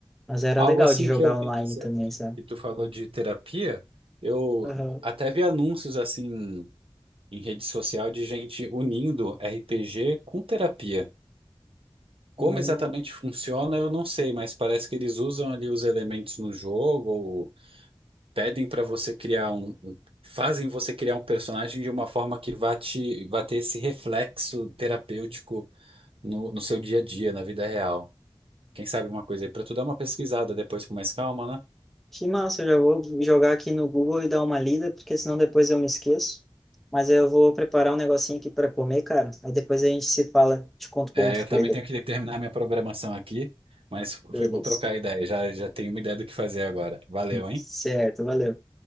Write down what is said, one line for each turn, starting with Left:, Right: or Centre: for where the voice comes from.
Centre: Mas era
Right: Algo
Centre: legal
Right: assim
Centre: de jogar
Right: que eu vi
Centre: online
Right: que, se-
Centre: também, sabe?
Right: que tu falou de terapia, eu
Centre: Aham.
Right: até vi anúncios assim em rede social de gente unindo RPG com terapia. Como
Centre: Hum,
Right: exatamente funciona, eu não sei, mas parece que eles usam ali os elementos no jogo, ou pedem para você criar um, um- fazem você criar um personagem de uma forma que vá te, vá ter esse reflexo terapêutico no, no seu dia a dia, na vida real. Quem sabe uma coisa aí para tu dar uma pesquisada depois com mais calma, né?
Centre: Que massa, eu já vou jogar aqui no Google e dar uma lida, porque senão depois eu me esqueço. Mas eu vou preparar um negocinho aqui para comer, cara. Aí depois a gente se fala, te conto
Right: É,
Centre: como que
Right: eu
Centre: foi.
Right: também
Centre: daí.
Right: tenho que terminar minha programação aqui, mas
Centre: Beleza.
Right: foi bom trocar a ideia. Já, já tenho uma ideia do que fazer agora. Valeu, hein?
Centre: Certo, valeu.